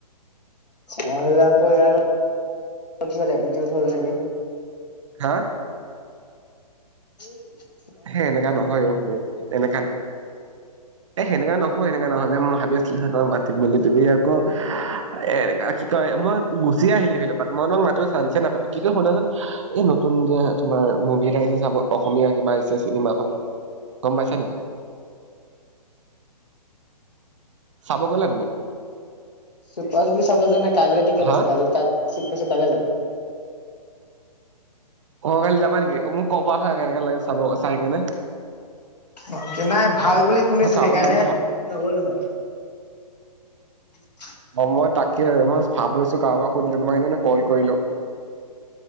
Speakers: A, on the left; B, on the right.
A: মহিলা আকৌ ইয়াৰ কৃতি উ হ'ল নেকি
B: হা
A: উম
B: হে এনেকা নহয় অ ব্র তেনেকা এ সেনেকা নহ মই এনেকা নহয় ভাই মই ভাবিছিলোঁ তোমাক মাত তুমি মানে তুমি আকৌ এনেকা কি কয় মই গুচি আহিলি এই ফিলৰপাত মই তোমক মাতিব চান্সে নাপালো কি যে হল হেতেন এই নতুন যে তোমাৰ মুভি চাব অসমীয়া কিবা আহি চিনেমাখন গম পাইছা নেকি চাব গ'লা তুমি?
A: চুপচুপি চাব যোৱা নাই কাইলৈ টিকেট
B: হা
A: আছে কাই কাইা কাইলে যাম
B: অ কালি যাবা নেকি মোক কবা হা কেনেকে লাগে চাব চাই কেনে
A: অ কে নাই ভাল বুলি শুনিছো
B: মই চাব
A: সেইকাৰণেহে
B: যাম বুলি ভাব
A: নগলো হয় <inaudible>
B: মই তাকে মই ভাব লৈছো কাৰোবাক সুধিলো তোমাক সেইদি কল কৰিলো।